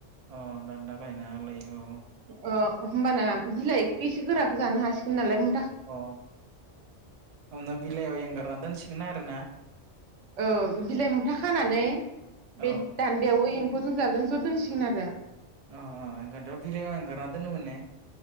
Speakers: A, on the right (about 45°); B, on the right (about 90°).
A: अ दान्दा गायनायालाय औ
B: अ होमबाना बिलाइखौ एसे गोराखौ जानो हासिगोन नालाय उम
A: अ हमना बिलाइयाव एंगारना दोनसिगोन आरोना
B: औ बिलाइ मुथा खानानै बे
A: औ
B: दान्दायाव एम गथन जाजों ज' दोनसिगोन आरो
A: अ अ ओंखायनथ' बिलाइयाव एंगारना दोनोमोन ने